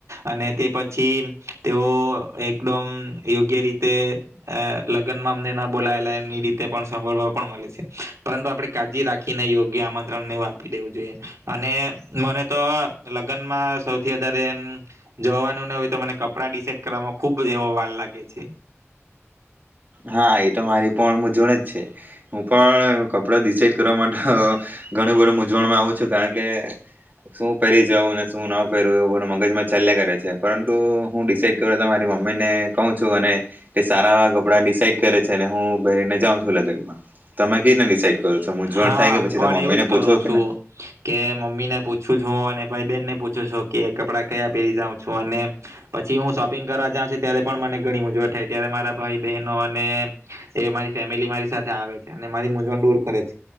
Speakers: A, on the right; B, on the right.
A: અને તે પછી તેઓ એકદમ યોગ્ય રીતે લગ્નમાં અમને ન બોલાયેલાની રીતે પણ સાંભળવા પણ મળે છે પરંતુ આપણે કાળજી રાખીને યોગ્ય આમંત્રણને આપી દેવું જોઈએ અને મને તો લગ્નમાં સૌથી વધારે એ જોવાનું ન હોય તો મને કપડા દેસાઇડે કરવામાં ખુબ જેવો વાર લાગે છે
B: હા એ તો મારી પણ મૂઝવણ જ છે હું પણ કપડા ડિસાઇડ કરવા માટે ઘણું બધું મૂઝવણમાં આવું છું કારણ કે શું પહેરી જાઉં અને શું ન પહેરવું એવું બધું મગજમાં ચાલ્યા કરે છે પરંતુ હું દેસાઇડે કરું મારી મમ્મી ને કહું છું અને સારા એવા કપડા ડી કરે છે હું ભરીને જાં છું લગ્નમાં તમે કઈ રીતે દિસાઇડે કરો છો મૂંઝવણ
A: હા
B: થાય કે
A: હું
B: પછી
A: પણ
B: તમે મમ્મીને
A: એવું જ
B: પૂછો
A: કરું
B: કે
A: છું
B: ને
A: કે મમ્મી ને પૂછું. પૂછું છું હું અને ભાઈ બેહેન ને પૂછું છું કે કપડા કયા પહેરી જાઉં છું અને પછી હું શોપિંગ કરવા જાઉં છું ત્યારે પણ મને ઘણી મૂજવણ થાય ત્યારે મારા ભાઈ બહેનો અને એ મારી ફેમિલી મારી સાથે આવે છે અને મારી મૂઝવણ દૂર કરે છે.